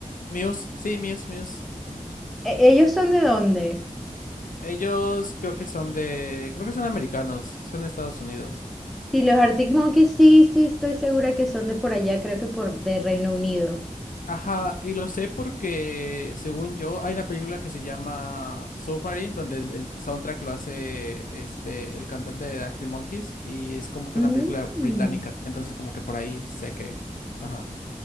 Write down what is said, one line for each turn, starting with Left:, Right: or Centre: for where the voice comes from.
Left: Muse, sí, Muse, Muse. Ujú.
Centre: E- ¿Ellos son de dónde?
Left: Ellos creo que son de, creo que son americanos, son de Estados Unidos.
Centre: Sí, los Arctic
Left: Eh,
Centre: Monkeys, sí, sí, estoy segura que son de por allá, creo que por de Reino Unido.
Left: ajá, y lo sé porque, según yo, hay una película que se llama Submarine, donde el, el soundtrack lo hace este, el cantante de Arctic Monkeys, y es como que
Centre: Mm.
Left: una película británica, entonces como que por ahí sé que, ajá.